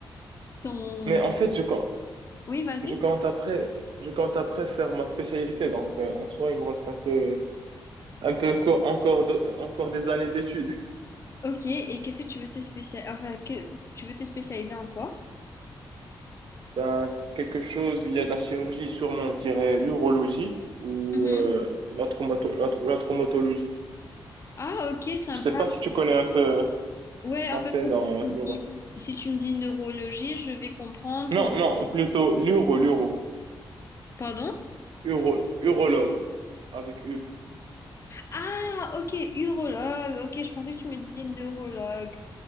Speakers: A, on the left; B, on the right.
A: ton...
B: Mais en fait, je compte,
A: Oui, vas-y.
B: je compte après, je compte après faire ma spécialité. Donc, euh, en soi, il me reste un peu, un peu co- encore, de- encore des années d'études. <laughs>
A: Ok, et qu'est-ce que tu veux te spécialiser... Enfin, que- tu veux te spécialiser en quoi?
B: Ben, quelque chose, où il y a de la chirurgie, sûrement, je dirais l'urologie ou
A: Mhm.
B: euh, la traumato- la, tra- la traumatologie.
A: Ah, ok, sympa.
B: Je sais pas si tu connais un peu.
A: Ouais,
B: qu'on
A: en fait,
B: fait
A: bon,
B: dans
A: si
B: l'euro.
A: tu me dis si tu me dis neurologie, je vais comprendre. Trauma-
B: Non, non, plutôt l'euro, l'euro.
A: Pardon?
B: Euro, urologue. Avec U.
A: Ah, ok, urologue. Ok, je pensais que tu me disais neurologue.